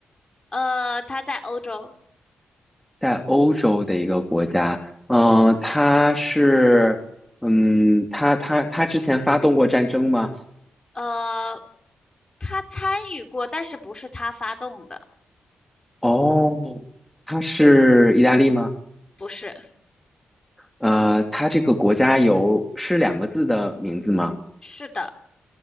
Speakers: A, on the left; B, in the centre.
A: 呃，它在欧洲。
B: 在欧洲的一个国家，嗯、呃它是嗯，它它它之前发动过战争吗？
A: 呃，它参与过，但是不是它发动的？
B: 哦，它是意大利吗？
A: 不是，
B: 呃，它这个国家有是两个字的名字吗？
A: 是的，